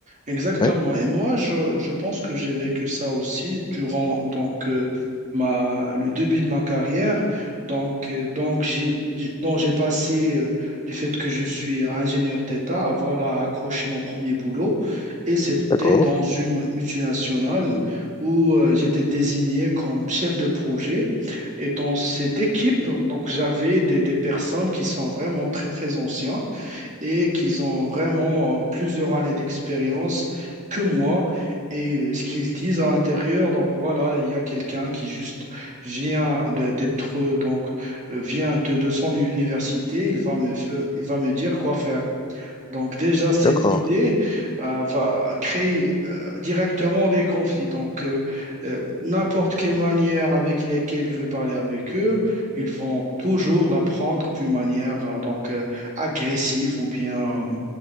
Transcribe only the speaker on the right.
exactement.
Et moi, je, je pense que j'ai vécu ça aussi durant donc euh, ma le début de ma carrière. Donc euh, donc j'ai donc j'ai passé euh, du fait que je suis ingénieur d'État à voilà à accrocher mon premier boulot et c'était
dans une multinationale où euh, j'étais désigné comme chef de projet. Et dans cette équipe, donc j'avais des, des personnes qui sont vraiment très très anciens et qu'ils ont vraiment euh, plusieurs années d'expérience que moi. Et euh, ce qu'ils disent à l'intérieur, donc voilà, il y a quelqu'un qui juste vient de- d'être, euh, donc, euh, vient de, de son université, il va me, fa- il va me dire quoi faire. Donc déjà, cette
idée euh, va créer euh, directement des conflits. Donc euh, euh, n'importe quelle manière avec laquelle je vais parler avec eux, ils vont toujours la prendre d'une manière euh, donc euh, agressive ou bien euh,